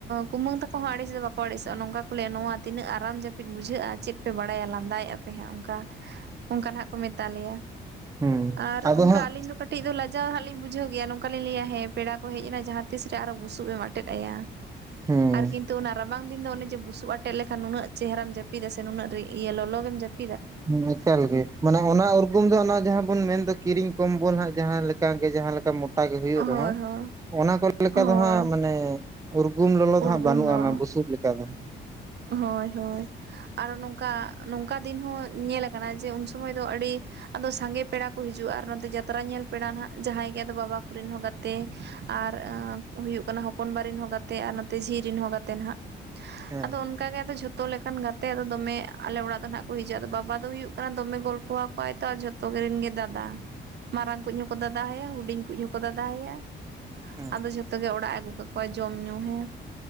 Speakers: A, on the right; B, on the right.
A: ᱠᱩᱢᱟᱹᱝ ᱛᱟᱠᱚ ᱦᱚᱸ ᱟᱲᱤᱥ ᱫᱚ ᱵᱟᱠᱚ ᱟᱲᱤᱥᱚᱜᱼᱟ ᱱᱚᱝᱠᱟ ᱠᱚ ᱞᱟᱹᱭᱟ ᱱᱚᱣᱟ ᱛᱤᱱᱟᱹᱜ ᱟᱨᱟᱢ ᱡᱟᱹᱯᱤᱫ ᱵᱩᱡᱷᱟᱹᱜᱼᱟ᱾ ᱪᱮᱫ ᱯᱮ ᱵᱟᱲᱟᱭᱟ ᱞᱟᱸᱫᱟᱭᱮᱫ ᱟᱯᱮ ᱦᱟᱸᱜ ᱚᱱᱠᱟ, ᱚᱱᱠᱟᱜ ᱱᱟᱜ ᱠᱚ ᱢᱮᱛᱟ ᱞᱮᱭᱟ ᱾
B: ᱦᱮᱸ
A: ᱟᱨ
B: ᱟᱫᱚ
A: ᱚᱱᱠᱟ
B: ᱦᱟᱸᱜ
A: ᱟᱞᱤᱧ ᱫᱚ ᱠᱟᱹᱴᱤᱡ ᱫᱚ ᱞᱟᱡ -ᱡᱟᱣ ᱫᱚ ᱦᱟᱸᱜ ᱞᱤᱧ ᱵᱩᱡᱷᱟᱹᱣ ᱜᱮᱭᱟ ᱱᱚᱝᱠᱟ ᱞᱤᱧ ᱞᱟᱹᱭᱟ ᱦᱮ ᱯᱮᱲᱟ ᱦᱮᱡ ᱮᱱᱟ ᱡᱟᱦᱟᱸ ᱛᱤᱥ ᱨᱮ ᱟᱨᱚ ᱵᱩᱥᱩᱵ ᱮᱢ ᱟᱴᱮᱫ ᱟᱭᱟ ᱾
B: ᱦᱮᱸ
A: ᱟᱨ ᱠᱤᱱᱛᱩ ᱚᱱᱟ ᱨᱟᱵᱟᱝ ᱫᱤᱱ ᱫᱚ ᱚᱱᱮ ᱡᱮ ᱵᱩᱥᱩᱵ ᱟᱴᱮᱫ ᱞᱮᱠᱷᱟᱱ ᱱᱩᱱᱟᱹᱜ ᱪᱮᱦᱨᱟᱢ ᱡᱟᱹᱯᱤᱫᱟ ᱥᱮ ᱾ ᱩᱱᱟᱹᱜ ᱨᱮ ᱤᱭᱟᱹᱞᱚᱞᱚ ᱜᱮᱢ ᱡᱟᱯ
B: ᱦᱮᱸ ᱮᱠᱟᱞ ᱜᱮ ᱢᱟᱱᱮ ᱚᱱᱟ ᱚᱞ ᱩᱱ ᱫᱚ ᱚᱱᱟ ᱡᱟᱦᱟᱸ ᱵᱚᱱ ᱢᱮᱱᱫᱟ ᱠᱤᱨᱤᱧ ᱠᱚᱢᱵᱚᱞ ᱦᱟᱸᱜ ᱡᱟᱦᱟᱸ ᱞᱮᱠᱮ ᱡᱟᱦᱟᱸ ᱞᱮᱠᱟ ᱢᱚᱴᱟ ᱜᱮ ᱦᱩᱭᱩᱜ
A: ᱦᱳᱭ
B: ᱨᱮᱦᱚᱸ᱾
A: ᱦᱳᱭ
B: ᱚᱱᱟ ᱠᱚ ᱞᱮᱠᱟ
A: ᱦᱳᱭ
B: ᱫᱚ ᱦᱟᱸᱜ ᱢᱟᱱᱮ ᱩᱨᱜᱩᱢ ᱞᱚᱞᱚ
A: ᱩᱨᱜᱩᱢ
B: ᱫᱚ ᱦᱟᱸᱜ ᱵᱟᱹᱱᱩᱜᱼᱟ ᱚᱱᱟ
A: ᱵᱟᱝ
B: ᱵᱩᱥᱩᱵ ᱞᱮᱠᱟ ᱫᱚ ᱾
A: ᱦᱳᱭ ᱦᱳᱭ ᱟᱨᱚ ᱱᱚᱝᱠᱟ ᱱᱚᱝᱠᱟ ᱫᱤᱱ ᱦᱚᱸ ᱧᱮᱞᱟ ᱟᱠᱟᱱᱟ ᱡᱮ ᱩᱱᱥᱚᱢᱚᱭ ᱫᱚ ᱟᱹᱰᱤ ᱟᱫᱚ ᱥᱟᱸᱜᱮ ᱯᱮᱲᱟ ᱠᱚ ᱦᱤᱡᱩᱜᱼᱟ ᱟᱨ ᱱᱚᱛᱮ ᱡᱟᱛᱨᱟ ᱧᱮᱞ ᱯᱮᱲᱟ ᱱᱟᱜ ᱡᱟᱦᱟᱸᱭ ᱜᱮ ᱟᱫᱚ ᱵᱟᱵᱟ ᱠᱚᱨᱮᱱ ᱦᱚᱸ ᱜᱟᱛ -ᱛᱮ ᱟᱨ ᱦᱩᱭᱩᱜ ᱠᱟᱱᱟ ᱦᱚᱯᱚᱱ ᱵᱟᱨᱮᱱ ᱦᱚᱸ ᱜᱟᱛᱮ ᱟᱨ ᱱᱚᱛᱮ ᱡᱷᱤ ᱨᱮᱱ ᱦᱚᱸ ᱜᱟᱛᱮ ᱱᱟᱦᱟᱜ ᱾
B: ᱦᱮᱸ
A: ᱚᱱᱠᱟ ᱜᱮ ᱟᱫᱚ ᱡᱷᱚᱛᱚ ᱞᱮᱠᱟᱱ ᱜᱟᱛᱮ ᱟᱫᱚ ᱫᱚᱢᱮ ᱟᱞᱮ ᱚᱲᱟᱜ ᱫᱚ ᱱᱟᱜ ᱠᱚ ᱦᱤᱡᱩᱜᱼᱟ, ᱟᱫᱚ ᱵᱟᱵᱟ ᱫᱚ ᱦᱩᱭᱩᱜ ᱠᱟᱱᱟ ᱫᱚᱢᱮ ᱜᱚᱞᱯᱚᱣᱟ ᱠᱚᱣᱟᱭ ᱛᱚ ᱟᱨ ᱡᱷᱚᱛᱚ ᱠᱚᱨᱮᱤᱱ ᱜᱮ ᱫᱟᱫᱟ ᱾ ᱢᱟᱨᱟᱝ ᱠᱩᱡ ᱦᱚᱸᱠᱚ ᱫᱟᱫᱟ ᱟᱭᱟ ᱦᱩᱰᱤᱧ ᱠᱩ ᱦᱚᱸᱠᱚ ᱫᱟᱫᱟ ᱟᱭᱟ
B: ᱦᱮᱸ
A: ᱟᱫᱚ ᱡᱷᱚᱛᱚ ᱜᱮ ᱚᱲᱟᱜ ᱟᱹᱜᱩ ᱠᱟ ᱠᱚᱣᱟ ᱡᱚᱢ ᱧᱩ ᱦᱮᱸ,